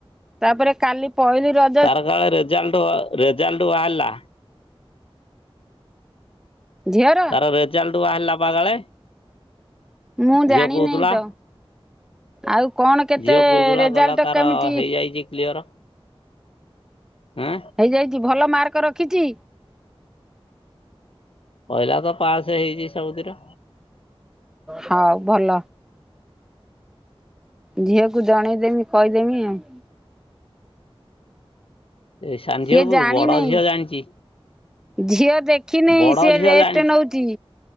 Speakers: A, in the centre; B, on the left.
A: ତାପରେ କାଲି ପହିଲି ର
B: ତାର କାଳେ ରେଜାଲଟ୍ ରେଜାଲଟ୍ ବାହାରିଲା।
A: ଝିଅର
B: ତାର ରେଜାଲଟ୍ ବାହାରିଲା ବା କାଳେ।
A: ମୁଁ
B: ଝିଅ
A: ଜାଣିନେଇ
B: କହୁଥିଲା।
A: ତ ଆଉ କଣ? କେତେ
B: ଝିଅ କହୁଥିଲା
A: ରେଜାଲ୍ଟ
B: କଇଲା ତାର
A: କେମିତି
B: ହେଇଯାଇଛି କ୍ଲିଅର ଆଁ।
A: ହେଇଯାଇଛି ଭଲ ମାର୍କ ରଖିଛି?
B: କହିଲା ତ ପାସ ହେଇଛି ସବୁଥିର।
A: ହଉ ଭଲ। ଝିଅକୁ ଜଣେଇଦେମି କହିଦେମି ଆଉ।
B: ଏଇ ସାନ
A: ସିଏ
B: ଝିଅ କୁ
A: ଜାଣିନେଇ
B: ବଡ ଝିଅ ଜାଣିଛି।
A: ଝିଅ ଦେଖିନେଇ
B: ବଡ
A: ସିଏ
B: ଝିଅ
A: ରେଷ୍ଟ
B: ଜାଣିଛି
A: ନଉଛି।